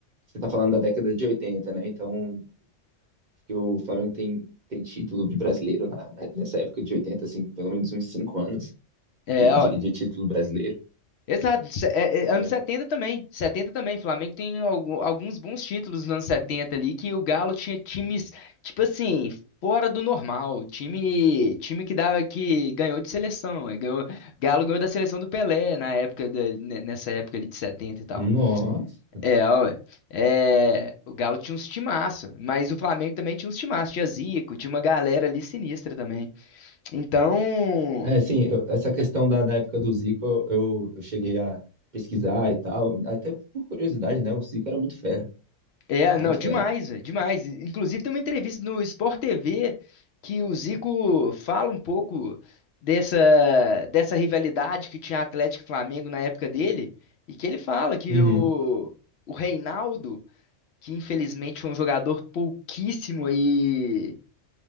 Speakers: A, on the right; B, on the left.
A: você está falando da década de 80, né? Então, que o Flamengo tem, tem título de brasileiro na- na- nessa época de 80, assim, pelo menos uns cinco anos
B: É,
A: de, de- de título brasileiro,
B: Exato, se- é-
A: né?
B: é, anos 70 também. setenta também. Flamengo tem algu- alguns bons títulos nos anos 70 ali que o Galo tinha times, tipo assim, fora do normal. Time, time que dava, que ganhou de seleção. eh, Ganhou, Galo ganhou da seleção do Pelé na época, da- ne- nessa época ali de 70 e tal.
A: Nossa!
B: É, ué. É, o Galo tinha uns timaço, mas o Flamengo também tinha uns timaço. Tinha Zico, tinha uma galera ali sinistra também. Então.
A: É, assim, eu- essa questão da, da época do Zico, eu, eu cheguei a pesquisar e tal, até por curiosidade, né? O Zico era muito fera,
B: É,
A: muito
B: não, demais,
A: fera.
B: velho, demais. Inclusive tem uma entrevista no Sport TV que o Zico fala um pouco dessa, dessa rivalidade que tinha Atlético e Flamengo na época dele, e que ele fala que
A: Uhum.
B: o, o Reinaldo, que infelizmente foi um jogador pouquíssimo aí